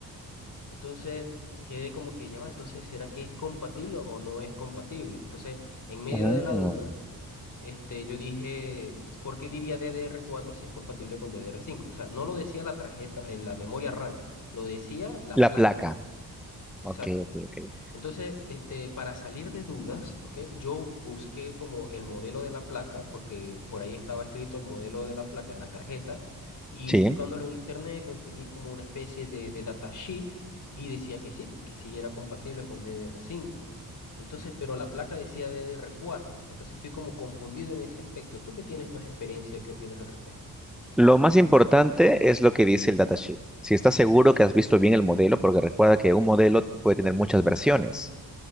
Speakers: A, on the left; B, in the centre.
A: Entonces quedé como que ya va, entonces ¿será que es compatible o no es compatible? Entonces, en medio
B: Mm.
A: de la duda, este, yo dije, ¿por qué diría ddr cuatro si es compatible con ddr cinco O sea, no lo decía la tarjeta, eh, la memoria RAM, lo decía la
B: La
A: placa.
B: placa.
A: Exacto.
B: Ok, ok, ok.
A: Entonces, este, para salir de dudas, ¿ok? Yo busqué como el modelo de la placa, porque por ahí estaba escrito el modelo de la placa, de la tarjeta, y
B: Sí.
A: buscándolo en internet conseguí como una especie de, de datasheet y decía que sí, que sí era compatible con ddr cinco. Entonces, pero la placa decía ddr cuatro. entonces estoy como confundido en ese aspecto. Tú que tienes más experiencia, ¿qué opinas al respecto?
B: Lo más importante es lo que dice el datasheet. Si estás seguro que has visto bien el modelo, porque recuerda que un modelo puede tener muchas versiones